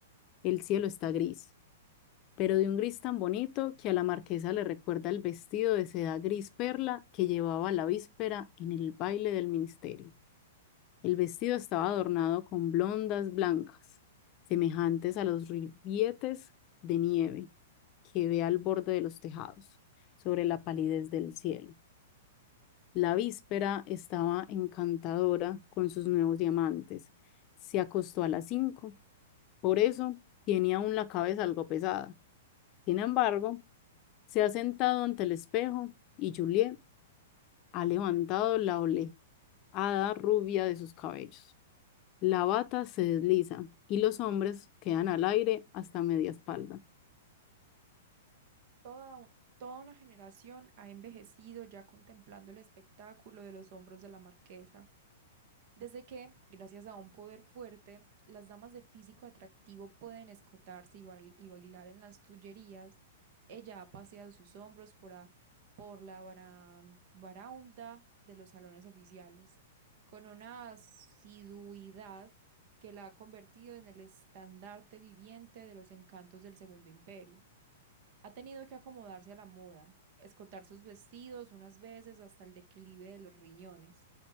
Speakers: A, on the left; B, on the right.
A: El cielo está gris. pero de un gris tan bonito que a la marquesa le recuerda el vestido de seda gris perla que llevaba la víspera en el baile del ministerio. El vestido estaba adornado con blondas blancas, semejantes a los ribetes de nieve que ve al borde de los tejados, sobre la palidez del cielo. La víspera estaba encantadora con sus nuevos diamantes. Se acostó a las cinco, por eso tenía aún la cabeza algo pesada. Sin embargo, Se ha sentado ante el espejo y Juliet ha levantado la oleada rubia de sus cabellos. La bata se desliza y los hombres quedan al aire hasta media espalda.
B: Toda, un- toda una generación ha envejecido ya contemplando el espectáculo de los hombros de la marquesa. Desde que, gracias a un poder fuerte, las damas de físico atractivo pueden escotarse y, bail- y bailar en las tullerías, ella ha paseado sus hombros por, a- por la baran- baraunda de los salones oficiales, con una asiduidad que la ha convertido en el estandarte viviente de los encantos del Segundo Imperio. Ha tenido que acomodarse a la moda, escotar sus vestidos unas veces hasta el declive de los riñones,